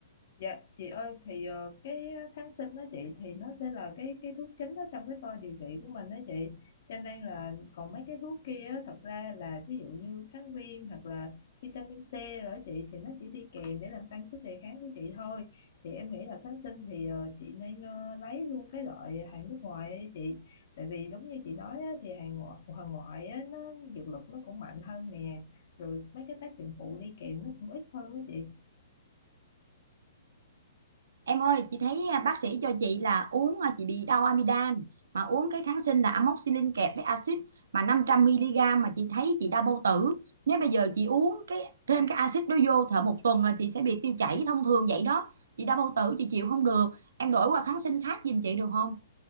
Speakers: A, on the left; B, on the right.
A: Dạ chị ơi thì ờ, cái ờ, kháng sinh đó chị thì nó sẽ là cái cái thuốc chính đó trong cái toa điều trị của mình đó chị cho nên là còn mấy cái thuốc kia á, thật ra là ví dụ như kháng viêm hoặc là vitamin C rồi đó chị thì nó chỉ đi kèm để làm tăng sức đề kháng của chị thôi thì em nghĩ là kháng sinh thì ờ, chị nên ờ, lấy luôn cái loại hàng nước ngoài ấy chị tại vì đúng như chị nói á, thì hàng ngoại hàng ngoại á, nó dược lực nó cũng mạnh hơn nè rồi mấy cái tác dụng phụ đi kèm nó cũng ít hơn đó chị
B: Em ơi, chị thấy à, bác sĩ cho chị là uống à, chị bị đau amidan mà uống cái kháng sinh là amoxicillin kẹp với axit mà 500 mg mà chị thấy chị đau bao tử. Nếu bây giờ chị uống cái thêm cái axit đó vô thở một tuần là chị sẽ bị tiêu chảy thông thường vậy đó. Chị đau bao tử chị chịu không được. Em đổi qua kháng sinh khác giùm chị được không?